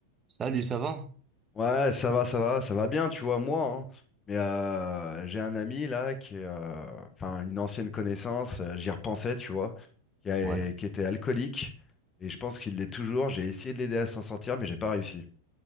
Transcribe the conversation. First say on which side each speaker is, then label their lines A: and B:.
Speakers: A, on the right (about 20°); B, on the left (about 20°).
A: Salut, ça va?
B: Ouais, ça va, ça va, ça va bien, tu vois, moi. hein. Mais euh, j'ai un ami là qui, est, euh, enfin, une ancienne connaissance, euh, j'y repensais, tu vois, qui, a-
A: Ouais.
B: qui était alcoolique et je pense qu'il l'est toujours. J'ai essayé de l'aider à s'en sortir, mais j'ai pas réussi.